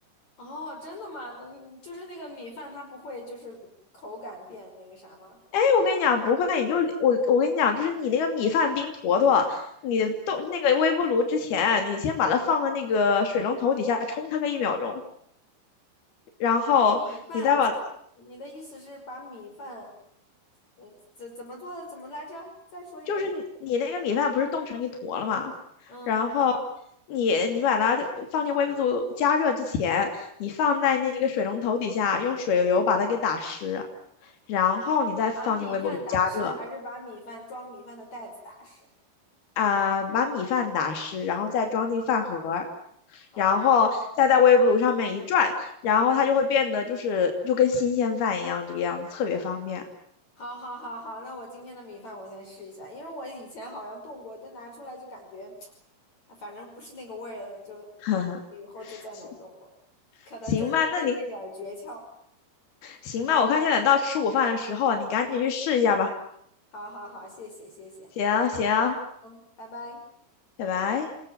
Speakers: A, on the left; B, on the left.
A: 哦，真的吗？那你就是那个米饭，它不会就是口感变那个啥吗？
B: 哎，我跟你讲，不会，你就我我跟你讲，就是你那个米饭冰坨坨，你冻那个微波炉之前，你先把它放到那个水龙头底下冲它个一秒钟，然后你再把，
A: 米饭冲，你的意思是把米饭？呃，怎怎么做的？怎么来着？再说一遍。
B: 就是你你那个米饭不是冻成一坨了吗？
A: 嗯，
B: 然后你你把它放进微波炉加热之前，你放在那个水龙头底下，用水流把它给打湿，然后你再放进微波炉加热，
A: 把米饭打湿，还是把米饭装米饭的袋子打湿？
B: 啊、把米饭打湿，然后再装进饭盒儿，
A: 哦，
B: 然后再在微波炉上面一转，然后它就会变得就是就跟新鲜饭一样这个样子，特别方便。
A: 好，好，好，好，那我今天的米饭我先试一下，因为我以前好像动过，就拿出来就感觉，啊反正不是那个味儿了，就以后就再没动过，
B: <laughs> 行
A: 可能就是缺这点儿诀窍。
B: 行吧，那你行吧，我看现在到吃午饭的时候啊，你赶紧去试一下吧。
A: 好好好，谢谢，谢谢，
B: 行行，
A: 嗯，拜拜。
B: 拜拜。